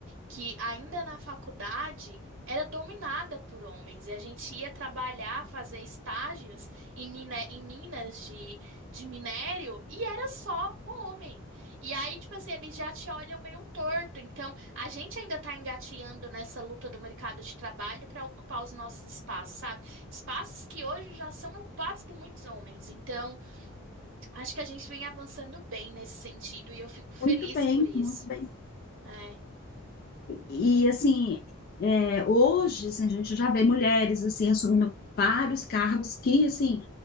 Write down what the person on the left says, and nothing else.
Muito bem,
muito bem.
E assim, é, hoje assim, a gente já vê mulheres assim assumindo vários cargos que assim,